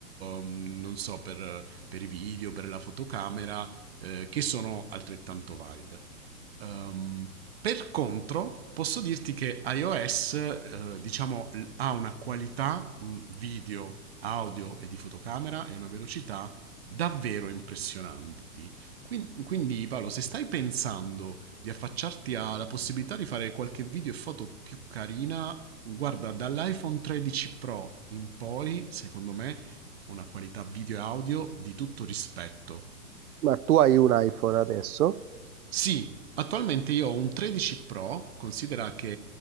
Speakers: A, on the right (about 45°); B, on the right (about 70°).
A: non so, per, per i video, per la fotocamera, eh, che sono altrettanto valide. Ehm, per contro, posso dirti che iOS, eh, diciamo, ha una qualità un video, audio e di fotocamera e una velocità davvero impressionanti. Quin- Quindi Paolo, se stai pensando di affacciarti alla possibilità di fare qualche video e foto più carina, guarda, dall'iPhone 13 Pro in poi, secondo me, una qualità video e audio di tutto rispetto.
B: Ma tu hai un iPhone adesso?
A: Sì, attualmente io ho un 13 Pro, considera che